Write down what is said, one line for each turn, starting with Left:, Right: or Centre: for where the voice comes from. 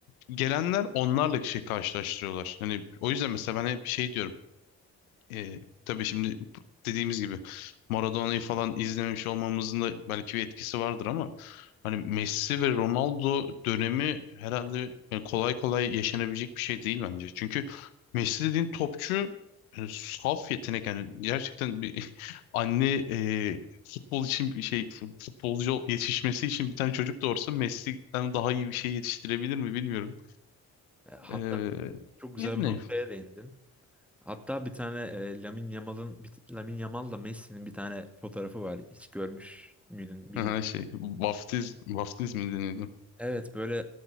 Left: gelenler onlarla şey karşılaştırıyorlar. Hani o yüzden mesela ben hep şey diyorum. E, tabii şimdi dediğimiz gibi Maradona'yı falan izlememiş olmamızın da belki bir etkisi vardır ama hani Messi ve Ronaldo dönemi herhalde yani kolay kolay yaşanabilecek bir şey değil bence. Çünkü Messi dediğin topçu yani saf yetenek yani gerçekten bir <laughs> anne e, futbol için bir şey futbolcu yetişmesi için bir tane çocuk doğursa Messi'den daha iyi bir şey yetiştirebilir mi bilmiyorum.
Centre: E, hatta
Left: E,
Centre: çok güzel
Left: yani
Centre: bir noktaya değindin. Hatta bir tane e, Lamine Yamal'ın bir- Lamine Yamal'la Messi'nin bir tane fotoğrafı var. Hiç görmüş müydün bilmiyorum.
Left: <laughs> şey vaftiz vaftiz mi deniyordu?
Centre: Evet böyle